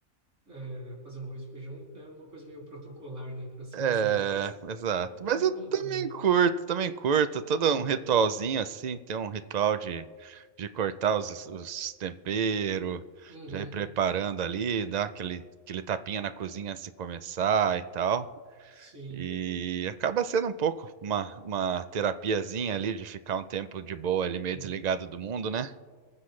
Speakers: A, on the right (about 60°); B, on the right (about 85°).
A: é, fazer um arroz e feijão é uma coisa meio protocolar, né, por assim
B: É,
A: dizer. Mas
B: exato.
A: é, é bom,
B: Mas eu
A: é bom
B: também
A: também.
B: curto, também curto. Todo
A: Uhum,
B: um ritualzinho assim, tem um ritual de, de cortar os, os temperos,
A: uhum,
B: já ir preparando ali, dar aquele, aquele tapinha na cozinha antes de começar e tal.
A: sim.
B: E acaba sendo um pouco uma, uma terapiazinha ali de ficar um tempo de boa ali, meio
A: uhum.
B: desligado do mundo, né?